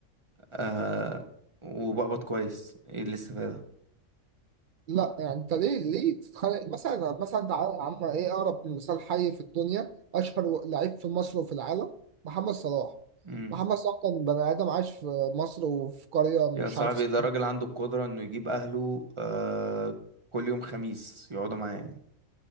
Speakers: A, on the right; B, on the right.
A: آه... وبقبض كويس ايه الاستفادة
B: لا يعني انت ليه ليه تتخانق مثلا مثلا تعالى يا عم ايه اقرب مثال حي في الدنيا اشهر لعيب في مصر وفي العالم محمد صلاح
A: مم.
B: محمد صلاح كان بني ادم عايش في مصر وفي قريه مش
A: يا صاحبي
B: عارف اسمها
A: ده راجل
B: إيه.
A: عنده القدرة انه يجيب اهله آه... كل يوم خميس يقعدوا معاه